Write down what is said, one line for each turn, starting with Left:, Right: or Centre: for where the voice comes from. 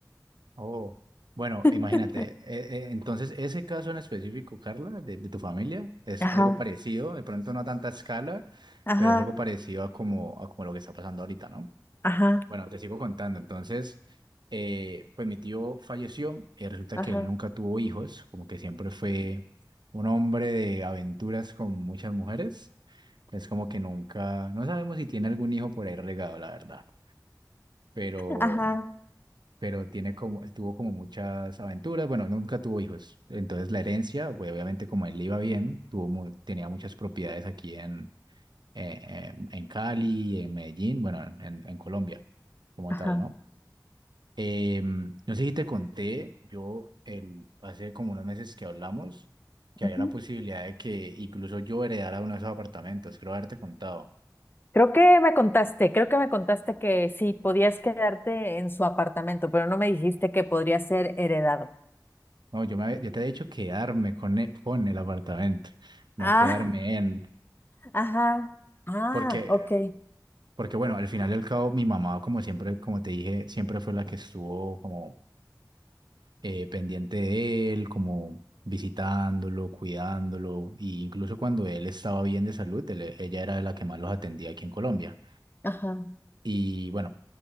Right: Oh, bueno,
Left: <laughs>
Right: imagínate, eh, eh, entonces ese caso en específico, Carla, de, de tu familia, es
Left: Ajá.
Right: algo parecido, de pronto no a tanta escala,
Left: Ajá,
Right: pero es algo parecido a como, a como lo que está pasando ahorita, ¿no?
Left: ajá,
Right: Bueno, te sigo contando, entonces, eh, pues mi tío falleció, eh, resulta
Left: ajá,
Right: que él nunca tuvo hijos, como que siempre fue un hombre de aventuras con muchas mujeres, es como que nunca, no sabemos si tiene algún hijo por ahí regado, la verdad. Pero
Left: ajá,
Right: pero tiene como, tuvo como muchas aventuras, bueno, nunca tuvo hijos, entonces la herencia, pues obviamente como él le iba bien, tuvo, mu- tenía muchas propiedades aquí en, eh, em, en Cali, en Medellín, bueno, en, en Colombia como
Left: ajá.
Right: tal, ¿no? Em, no sé si te conté, yo el, hace como unos meses que hablamos, que
Left: ujú.
Right: había la posibilidad de que incluso yo heredara uno de esos apartamentos, creo haberte contado.
Left: Creo que me contaste, creo que me contaste que sí, podías quedarte en su apartamento, pero no me dijiste que podría ser heredado.
Right: No, yo, me, había- yo te he dicho quedarme con el, con el apartamento, no
Left: Ah,
Right: quedarme en...
Left: ajá, ah,
Right: Porque
Left: ok,
Right: Porque bueno, al final y al cabo, mi mamá, como siempre, como te dije, siempre fue la que estuvo como eh, pendiente de él, como visitándolo, cuidándolo, y incluso cuando él estaba bien de salud, él- eh, ella era la que más los atendía aquí en Colombia.
Left: ajá,
Right: Y bueno,